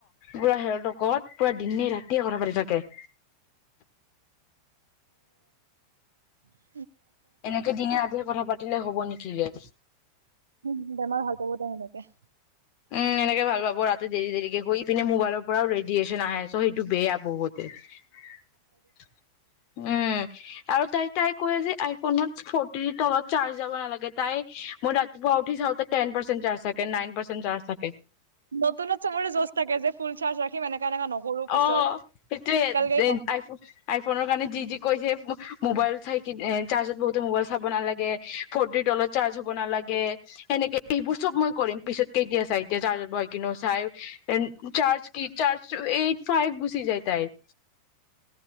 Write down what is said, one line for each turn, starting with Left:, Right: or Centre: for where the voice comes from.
Left: পূৰা দিনে ৰাতিয়ে কথা পাতি থাকে
Right: উ <inaudible>
Left: এনেকে দিনে‌ ৰাতি কথা পাতিলে হ'ব নেকি ৰে
Right: উম বেমাৰ ভাল পাবদে <inaudible> তাকে
Left: উম এনেকে ভাল পাব ৰাতি দেৰি দেৰিকে শুই পিনে মোবাইলৰ পৰাও ৰেডিয়েচন আহে চ' সেইটো বেয়া বহুত <unintelligible> উম আৰু তাই তাই কৈ যে আইফোনত ফটি তলত চাৰ্জ যাব নালাগে তাই মই ৰাতিপুৱা উঠি চাওঁতে টেন পাৰ্চেন্ট চাৰ্জ থাকে নাইন প চাৰ্জ থাকে
Right: নতুনত চবৰে জোঁজ থাকে যে ফুল চাৰ্জ ৰাখিম এনেকা এনেকা নকৰো পিছত
Left: অ সেইটোৱে
Right: কালকে
Left: আইফোনৰ কাৰণে যি যি কৈছে মোবাইল চাই কি চাৰ্জত বহুতে মোবাইল চাব নালাগে ফ'ৰটি তলত চাৰ্জ হ'ব নালাগে সেনেকে সেইবোৰ চব মই কৰিম পিছত কেইতিয়া চাই এতিয়া চাৰ্জত বহ কিনে চাই চাৰ্জ কি চাৰ্জ এইট ফাইভ গুচি যায় তাই